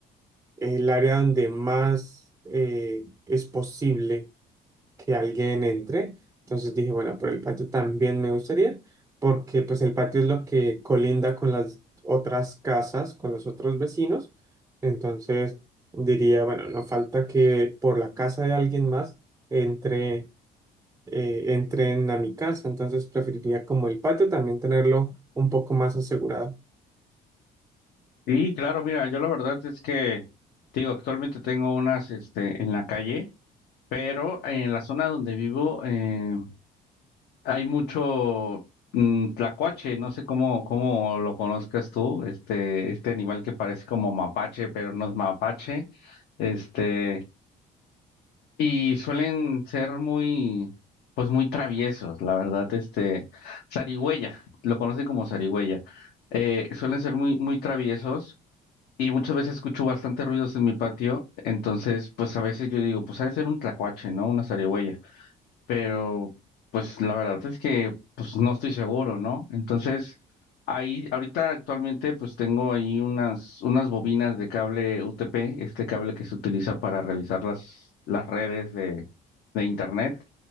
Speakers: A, on the right (about 15°); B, on the left (about 80°).
A: el área donde más eh, es posible que alguien entre. Entonces dije, bueno, por el patio también me gustaría, porque pues el patio es lo que colinda con las otras casas, con los otros vecinos. Entonces diría, bueno, no falta que por la casa de alguien más entre, eh, entren a mi casa. Entonces preferiría como el patio también tenerlo un poco más asegurado.
B: Sí, claro, mira, yo la verdad es que, te digo, actualmente tengo unas, este, en la calle, pero en la zona donde vivo eh, hay mucho mm, tlacuache, no sé cómo, cómo lo conozcas tú, este, este animal que parece como mapache, pero no es mapache, este... Y suelen ser muy, pues muy traviesos, la verdad, este, zarigüeya, lo conocen como zarigüeya. Eh, suelen ser muy, muy traviesos y muchas veces escucho bastantes ruidos en mi patio, entonces, pues a veces yo digo, pues ha de ser un tlacuache, ¿no? Una zarigüeya pero pues la verdad es que pues no estoy seguro, ¿no? Entonces, ahí ahorita actualmente pues tengo ahí unas unas bobinas de cable UTP, este cable que se utiliza para realizar las las redes de de internet